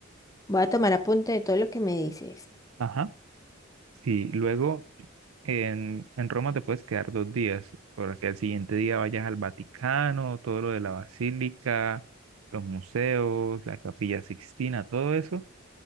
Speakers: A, on the left; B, on the right.
A: voy a tomar apunte de todo lo que me dices.
B: Ajá. Sí, luego en, en Roma te puedes quedar dos días, para que al siguiente día vayas al Vaticano, todo lo de la Basílica, los museos, la Capilla Sixtina, todo eso.